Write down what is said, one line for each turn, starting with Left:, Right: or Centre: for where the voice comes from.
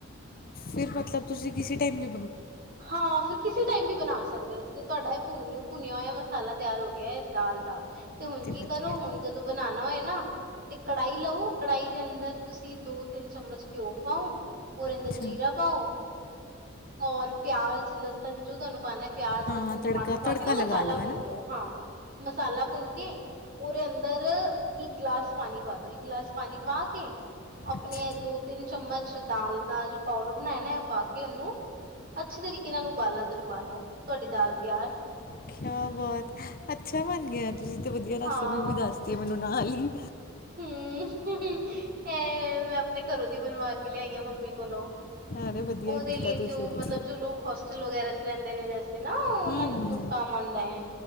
Left: ਫਿਰ ਮਤਲਬ ਤੁਸੀਂ ਕਿਸੇ ਟਾਈਮ ਦੀ
Right: ਹਾਂ ਫਿਰ ਕਿਸੇ ਟਾਈਮ ਵੀ ਬਣਾ ਸਕਦੇ ਹੋ। ਤੇ ਤੁਹਾਡਾ ਇਹ ਪੁਨੀ ਭੁੰਨਿਆ ਹੋਇਆ ਮਸਾਲਾ ਤਿਆਰ ਹੋ ਗਿਆ ਦਾਲ ਦਾ ਤੇ ਹੁਣ ਕੀ
Left: ਵਧੀਆ,
Right: ਕਰੋ
Left: ਹੈ।
Right: ਹੁਣ ਜਦੋਂ ਬਣਾਉਣਾ ਹੋਏ ਨਾ ਤੇ ਕੜਾਹੀ ਲਓ ਕੜਾਹੀ ਦੇ ਅੰਦਰ ਤੁਸੀਂ ਦੋ ਤਿੰਨ ਚਮਚ ਘਿਓ ਪਾਓ ਉਹਰ ਅੰਦਰ
Left: ਅੱਛਾ।
Right: ਜੀਰਾ ਪਾਓ ਔਰ ਪਿਆਜ, ਲਸਣ ਜੋ ਤੁਹਾਨੂੰ ਪਾਣਾ ਪਿਆਜ
Left: ਹਾਂ,
Right: ਲਸਣ ਟਮਾਟਰ
Left: ਤੜਕਾ-ਤੜਕਾ
Right: ਪਾ ਕੇ ਨਾ
Left: ਲਗਾ
Right: ਮਸਾਲਾ
Left: ਲਓ,
Right: ਭੁੰਨ
Left: ਹੈ ਨਾ?
Right: ਲੋ ਹਾਂ ਮਸਾਲਾ ਭੁੰਨ ਕੇ ਉਹਰੇ ਅੰਦਰ ਇੱਕ ਗਲਾਸ ਪਾਣੀ ਪਾ ਦੋ। ਇੱਕ ਗਲਾਸ ਪਾਣੀ ਪਾ ਕੇ ਆਪਣੇ
Left: ਅੱਛਾ,
Right: ਦੋ ਤਿੰਨ ਚਮਚ ਦਾਲ ਦਾ ਜੋ ਪਾਊਡਰ ਬਣਾਇਆ ਨਾ ਪਾ ਕੇ ਉਹਨੂੰ ਅੱਛੇ ਤਰੀਕੇ ਨਾਲ ਉਬਾਲਾ ਦਿਲਵਾ ਲੋ ਤੁਹਾਡੀ ਦਾਲ ਤਿਆਰ
Left: ਕਿਆ ਬਾਤ! ਅੱਛਾ ਬਣ ਗਿਆ, ਤੁਸੀਂ ਤਾਂ ਵਧੀਆ ਰੈਸਪੀ
Right: ਹਾਂ।
Left: ਵੀ ਦੱਸਦੀ ਮੈਨੂੰ ਨਾਲ ਹੀ।
Right: ਹੂੰ। ਮੈਂ ਆਪਣੇ ਘਰੋਂ ਦੀ ਬਣਵਾ ਕੇ ਲਿਆਈ ਆ ਮੰਮੀ ਕੋਲੋਂ।
Left: ਅਰੇ ਵਧੀਆ
Right: ਉਹਦੇ
Left: ਕੀਤਾ
Right: ਲਈ
Left: ਤੁਸੀਂ
Right: ਜੋ
Left: ਤੇ,
Right: ਮਤਲਬ ਜੋ ਲੋਕ ਹਸ ਲ ਵਗੈਰਾ ਲਹਿੰਦੇ ਨੇ ਜੈਸੇ ਨਾ ਉਹਨਾਂ
Left: ਹੂੰ-ਹੂੰ।
Right: ਨੂੰ ਕੰਮ ਆਉਦਾ ਹੈ।